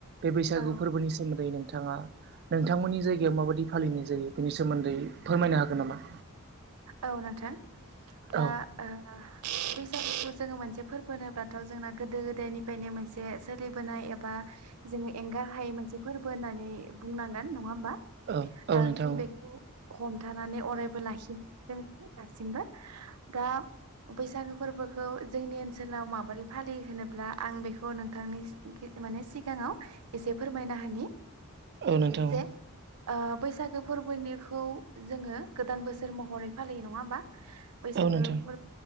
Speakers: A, on the right; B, on the right.
A: बे बैसागु
B: औ
A: फोरबोनि सोमोन्दै नोंथां ङा नोंथांमोननि जायगायाव माबायदि फालिनाय जायो बेनि सोमोन्दै फोरमायनो हागोन नामा?
B: औ नोंथां दा
A: औ
B: ओ बै सागुखौ जोङो मोनसे फोरबो होनोबाथ' जोंना गोदो गोदायनिफ्रायनो मोनसे सोलिबोनाय एबा जोङो एंगारहायै मोनसे फोरबो होननानै बुंनांगोन नङा होमबा । ओ
A: औ औ नोंथां
B: जों बेखौ हमथानानै अरायबो लाखिनो <inaudible> दासिमबो दा बैसागो फोरबोखौ जोंनि ओनसोलाव माबोरै फालियो होनोब्ला आं बेखौ नोंथांनि गि माने सिगाङाव एसे फोरमायना होनि
A: औ नोंथां।
B: जे ओ बैसागो फोरबोनिखौ जोङो गोदान बोसोर महरै फालियो नङा होमबा । बैसागो
A: औ नोंथां
B: फोर